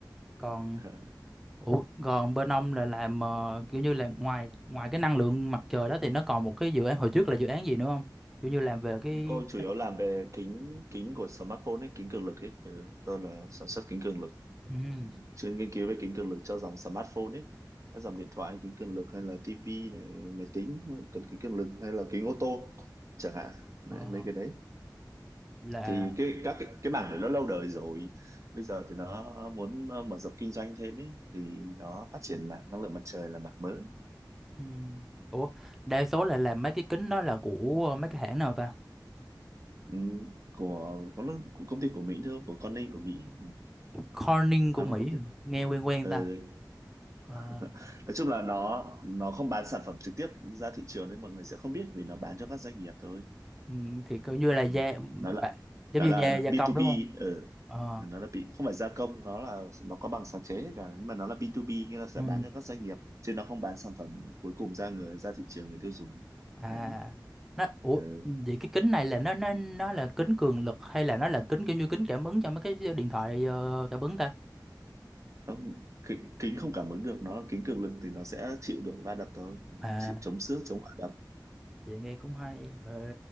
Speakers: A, in the centre; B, on the right (about 45°).
A: còn
B: ừ.
A: ủa, còn bên ông là làm ờ, kiểu như là ngoài ngoài cái năng lượng mặt trời đó thì nó còn một cái dự án hồi trước là dự án gì nữa không kiểu như làm về cái
B: tôi chủ yếu làm về kính kính của smartphone ấy kính cường lực ấy ừ, tôi là sản xuất kính cường lực
A: ừ,
B: chuyên nghiên cứu về kính cường lực cho dòng smartphone ấy các dòng điện thoại kính cường lực hay là tivi này máy tính cần kính cường lực hay là kính ô tô chẳng hạn đấy,
A: ờ,
B: mấy cái đấy
A: là
B: thì cái các cái, cái mảng đấy nó lâu đời rồi bây giờ thì nó muốn mở rộng kinh doanh thêm ấy thì nó phát triển mảng năng lượng mặt trời là mảng mới
A: Ừ. Ủa, đa số là làm mấy cái kính đó là của ờ, mấy cái hãng nào ta?
B: ừ, của, của của công ty của Mỹ thôi của Corning của Mỹ
A: Corning của
B: nó
A: Mỹ,
B: là công ty
A: à? nghe quen quen
B: ừ,
A: ta. Ờ,
B: <laughs> nói chung là nó nó không bán sản phẩm trực tiếp ra thị trường nên mọi người sẽ không biết vì nó bán cho các doanh nghiệp thôi
A: ừ, thì coi như là gia
B: Ừ. nó là
A: bạ- giống
B: nó
A: như
B: là
A: gia gia
B: B2B
A: công đúng không?
B: ừ.
A: Ờ,
B: nó là bị không phải gia công nó là nó có bằng sáng chế hết cả nhưng mà nó là B2B nghĩa là sẽ
A: ừ.
B: bán cho các doanh nghiệp chứ nó không bán sản phẩm cuối cùng ra người ra thị trường người tiêu dùng
A: À,
B: đấy
A: nó ủa
B: ừ.
A: vậy cái kính này là nó nó nó là kính cường lực hay là nó là kính kiểu như kính cảm ứng cho mấy cái điện thoại ờ, cảm ứng ta?
B: Không, kính, kính không cảm ứng được nó là kính cường lực thì nó sẽ chịu được va đập thôi
A: À,
B: chịu chống xước chống va
A: vậy nghe cũng hay. Ờ,